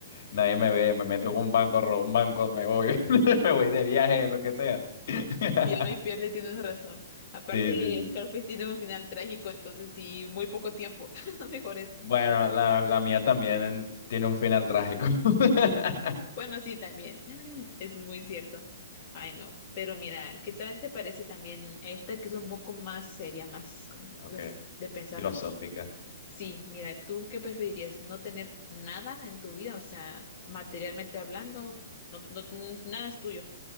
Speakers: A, on the left; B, on the left.
A: Nadie me ve. Me meto en un banco, robo un banco, me voy. <laughs> Me voy de viaje, lo que sea. <laughs>
B: Ya no hay pierde, tienes razón. Aparte,
A: Sí, sí, sí.
B: Scarface tiene un final trágico, entonces sí, muy poco tiempo. <laughs> Mejor es.
A: Bueno, la, la mía también tiene un final trágico. <laughs>
B: Bueno, sí, también. <laughs> Eso es muy cierto. Ay, no. Pero mira, ¿qué tal te parece también esta que es un poco más seria, más como, uf,
A: Ok.
B: de pensarla
A: Filosófica.
B: mucho? Sí, mira, ¿tú qué preferirías? ¿No tener nada en tu vida? O sea, materialmente hablando, no, no, n- nada es tuyo.